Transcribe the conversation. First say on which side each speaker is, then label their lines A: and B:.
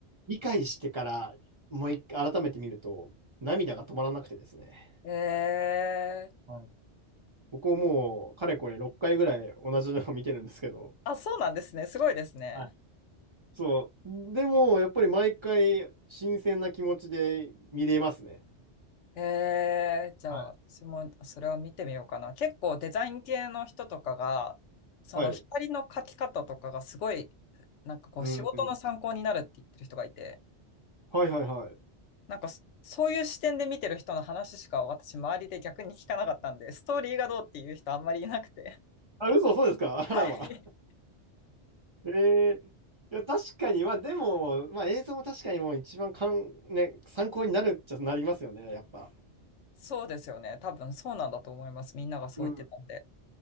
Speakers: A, on the right (about 30°); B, on the left (about 85°).
A: 理解してからもう一回改めて見ると、涙が止まらなくてですね。
B: えー、
A: はい。僕ももう、かれこれ6回ぐらい同じのを見てるんですけど、
B: あ、そうなんですね。すごいですね。
A: はいそう。でも、やっぱり毎回新鮮な気持ちで見れますね。
B: えー、じゃあ私もそれは見てみようかな。
A: はい
B: 結構デザイン系の人とかが、その光の描き方とかがすごい、
A: はい。
B: なんかこう仕事の参考になるって言ってる人がいて、
A: うんうん。はいはいはい。
B: なんかそ、ういう視点で見てる人の話しか私、周りで逆に聞かなかったんで、ストーリーがどうっていう人あんまりいなくて。
A: あ、嘘、そうですか <laughs> あらま。
B: はい。
A: <laughs> えーいや、確かに、まあでも、まあ映像も確かにもう一番かん、ね、参考になるっちゃなりますよね、やっぱ。
B: そうですよね。多分そうなんだと思います。みんながそう言ってたんで。
A: うん。